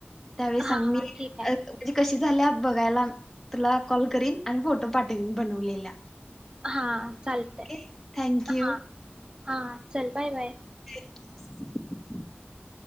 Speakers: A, in the centre; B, on the right.
A: त्यावेळेस
B: हा
A: सांग मी
B: ठीक आहे
A: अ म्हणजे कशी. झाल्या बघायला तुला कॉल करीन आणि फोटो पाठविन बनवलेल्या
B: हा चालतयं
A: ओके थँक यू.
B: हा. हा चल बाय बाय.
A: <unintelligible>